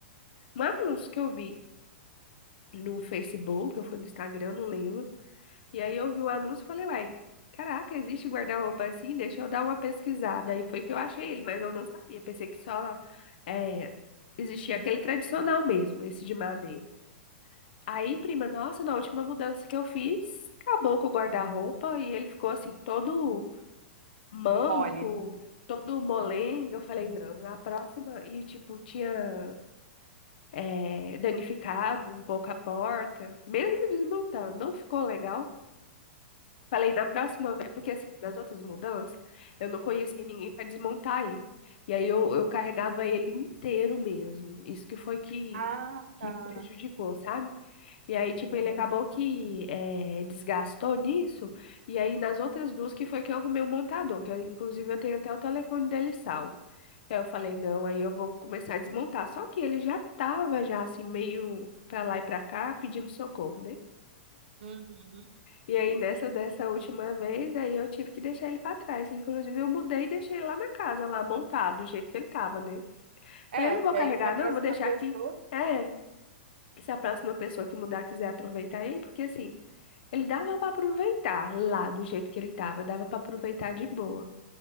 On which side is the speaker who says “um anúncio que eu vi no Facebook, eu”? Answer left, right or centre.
Left